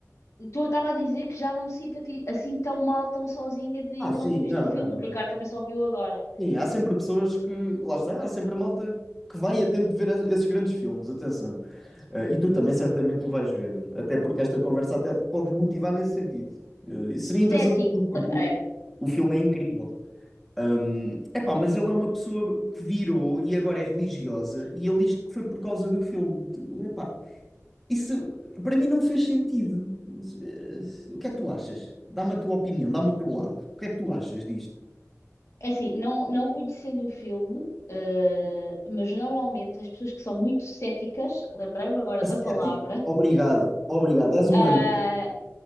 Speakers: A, on the left; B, in the centre.
A: Tu estava a dizer que já não me sinto ati- assim tão mal, tão sozinha de ainda
B: Ah, sim,
A: não ter visto
B: não,
A: o filme.
B: não,
A: O
B: não.
A: Ricardo também só viu agora.
B: Sim, há sempre pessoas que, lá está, há sempre a malta que vai a tempo de ver esses grandes filmes, atenção. Ah, e tu também certamente o vais ver, até porque esta conversa até te pode motivar nesse sentido. Ah, e seria interessante,
A: Cético, lembrei-me.
B: porque o o filme é incrível. Hum, epá, mas ele é uma pessoa que virou e agora é religiosa e ele diz que foi por causa do filme. Tu- Epá, isso para mim não fez sentido. Mas, eh, o que é que tu achas? Dá-me a tua opinião, dá-me o teu lado. O que é que tu achas disto?
A: É assim, não, não conhecendo o filme, eh, mas normalmente as pessoas que são muito céticas, lembrei-me agora da
B: Ascético.
A: palavra,
B: Obrigado, obrigado. És
A: ah,
B: um anjo.